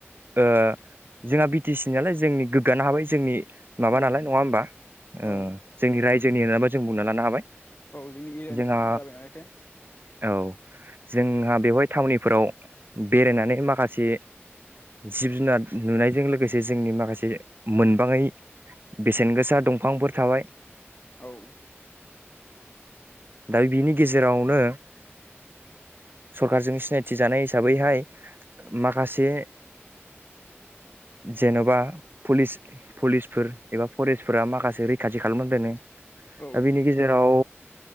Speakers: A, on the right (about 50°); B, on the left (about 40°).
A: ओ जोंहा बि टि सि नालाय जोंनि गोग्गानो हाबाय जोंनि माबा
B: औ
A: नालाय नङा होमबा ओ
B: औ
A: जोंनि रायजोनि जों बुंना लानो हाबाय
B: औ जोंनि एरियानि
A: जोंहा
B: जाबायनालायथो
A: औ। जोंहा बेवहाय थावनिफोराव बेरायनानै माखासे जिब जुनार नुनायजों लोगोसे जोंनि माखासे मोनबाङै बेसेन गोसा दंफांफोर थाबाय
B: औ।
A: दा बिनि गेजेरावनो सरखारजों सिनायथि जानाय हिसाबैहाय माखासे जेन'बा फुलिस पुलिसफोर एबा फरेस्टफोरा माखासे रैखाथि खालामनानै दोनो दा
B: औ
A: बिनि गेजेराव